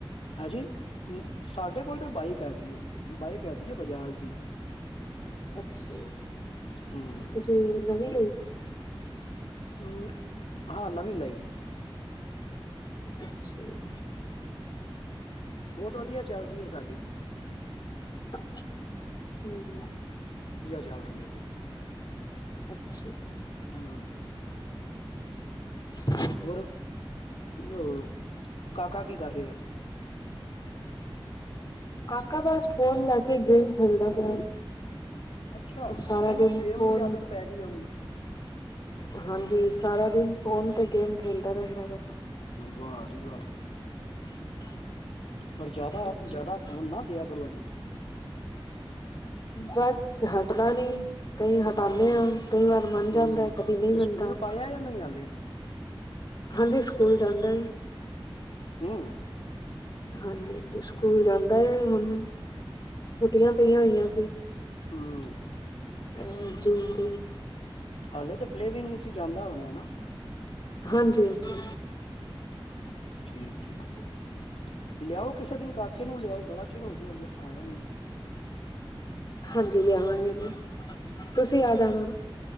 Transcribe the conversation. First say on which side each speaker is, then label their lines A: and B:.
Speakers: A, on the left; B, on the left.
A: ਹਾਜੀ ਹੂੰ- ਸਾਡੇ ਕੋਲ ਤਾਂ ਬਾਈਕ ਹੈਗੀ ਆ। ਬਾਈਕ ਆਦੀ‌ ਏ ਬਜਾਜ ਦੀ
B: ਅੱਛਾ ਜੀ
A: ਹਮ,
B: ਤੁਸੀ ਨਵੀਂ ਲਈ।
A: ਹੂੰ ਹਾਂ ਨਵੀਂ ਲਈ।
B: ਅੱਛਾ ਜੀ।
A: ਬਹੁਤ ਵਧੀਆ ਚੱਲ ਰਹੀ ਹੈ ਸਾਡੀ।
B: <unintelligible> ਹੂੰ
A: ਚਲ ਰਹੀ ਆ
B: ਅੱਛਾ
A: ਹੂੰ
B: <unintelligible>
A: ਹੋਰ, ਆ ਕਾਕਾ ਕੀ ਕਰ ਰਿਹਾ?
B: ਕਾਕਾ ਬੱਸ ਫੋਨ ਲੈ ਕੇ ਗੇਮ ਖੇਲਦਾ ਪਿਆ।
A: ਅੱਛਾ,
B: ਉਹ
A: ਹੋਣੇ
B: ਸਾਰਾ
A: ਨਾਲ
B: ਦਿਨ
A: ਗੇਮ
B: ਫੋਨ
A: ਦੀ ਆਦਤ ਪੈ ਗੀ ਏ ਓਨੂੰ
B: ਹਾਂਜੀ ਸਾਰਾ ਦਿਨ ਫੋਨ ਤੇ ਗੇਮ ਖੇਲਦਾ ਰਹਿੰਦਾ ਬਸ।
A: ਵਾਹ ਜੀ ਵਾਹ
B: <inaudible>
A: ਪਰ ਜਿਆਦਾ
B: ਬਸ
A: ਜਿਆਦਾ ਫੋਨ ਨਾ ਦਿਆ ਕਰੋ ਇਨੂੰ।
B: ਬਸ ਹੱਟਦਾ ਨੀ, ਕਈ ਹਟਾਂਣੇ ਆਂ। ਕਈ ਵਾਰ ਮੰਨ
A: ਹੂੰ
B: ਜਾਂਦਾ, ਕਦੀ ਨਹੀਂ
A: ਤੇ
B: ਮੰਨਦਾ
A: ਸਕੂਲ ਪਾਇਆ ਜਾਂ ਨਹੀਂ ਹਾਲੇ
B: ਹਾਂਜੀ। ਸਕੂਲ ਜਾਂਦਾ ਏ।
A: ਹੂੰ ਹੂੰ।
B: ਹਾਂਜੀ ਹਾਂਜੀ, ਸਕੂਲ ਜਾਂਦਾ ਏ ਹੁਣ, ਛੁੱਟੀਆਂ ਪਈਆਂ ਹੋਈਆਂ ਸੀ।
A: ਹੂੰ।
B: ਹਾਂ ਜੂਨ ਦੀ।
A: ਹਾਲੇ ਤਾਂ ਪਲੇਵਿੰਗ ਵਿੱਚ ਈ ਜਾਂਦਾ ਹੋਣਾ, ਨਾ?
B: ਹਾਂਜੀ ਹਾਂਜੀ।
A: ਠੀਕ ਠੀਕ ਲਿਆਓ ਕਿਸੇ ਦਿਨ ਕਾਕੇ ਨੂੰ, ਲਿਆਓ ਬੜਾ ਚਿਰ ਹੋ ਗਿਆ ਆਇਆ ਨੀ।
B: ਹਾਂਜੀ, ਲਿਆਵਾਂਗੇ ਜੀ ਤੁਸੀਂ ਆ ਜਾਣਾ ਨਾ।